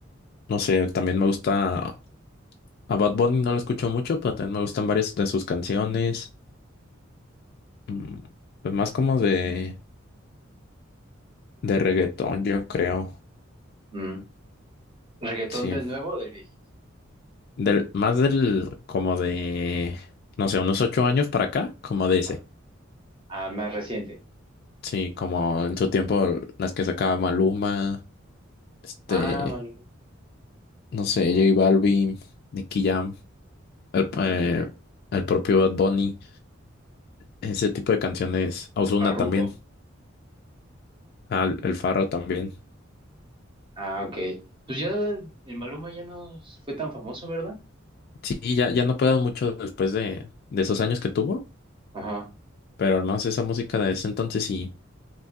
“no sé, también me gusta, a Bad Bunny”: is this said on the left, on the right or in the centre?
Left